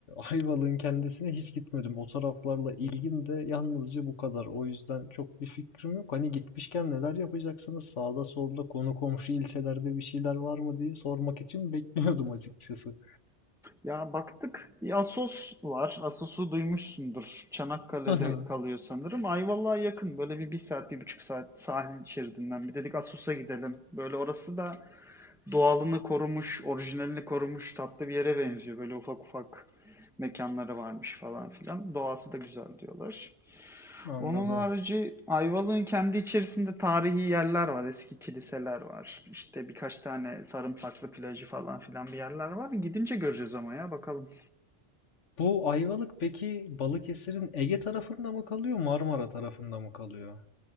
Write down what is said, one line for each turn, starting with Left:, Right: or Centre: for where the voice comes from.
Left: Ayvalık'ın kendisine hiç gitmedim. O taraflarla ilgim de yalnızca bu kadar. O yüzden çok bir fikrim yok. Hani gitmişken neler yapacaksınız? Sağda solda konu komşu ilçelerde bir şeyler var mı diye sormak için <laughs> bekliyordum açıkçası.
Centre: Ya baktık. Bir Assos var. Assos'u duymuşsundur. Çanakkale'de
Left: Hı hı,
Centre: kalıyor sanırım. Ayvalık'a yakın. Böyle bir, bir saat, bir buçuk saat sahil şeridinden. Bir dedik Assos'a gidelim. Böyle orası da doğalını korumuş, orijinalini korumuş tatlı bir yere benziyor. Böyle ufak ufak mekanları varmış falan filan. Doğası da güzel diyorlar.
Left: Anladım.
Centre: Onun harici Ayvalık'ın kendi içerisinde tarihi yerler var. Eski kiliseler var. İşte birkaç tane sarımsaklı plajı falan filan bir yerler var. Gidince göreceğiz ama ya bakalım.
Left: Bu Ayvalık peki Balıkesir'in Ege tarafında mı kalıyor, Marmara tarafında mı kalıyor?